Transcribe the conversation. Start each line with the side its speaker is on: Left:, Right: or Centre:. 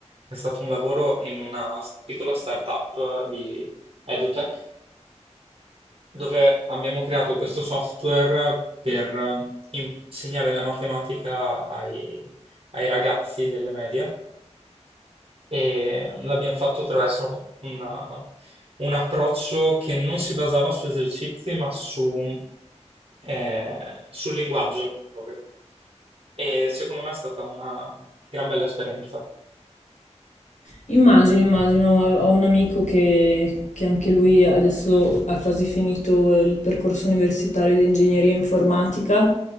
Right: è stato un lavoro in una piccola startup di EduTech dove abbiamo creato questo software per insegnare la matematica ai, ai ragazzi delle medie e l'abbiamo fatto attraverso una- un approccio che non si basava su esercizi, ma su, eh, sul linguaggio proprio. E secondo me è stata una gran bella esperienza.
Left: Immagino, immagino, ho ho un amico che, che anche lui adesso ha quasi finito il percorso universitario di ingegneria informatica,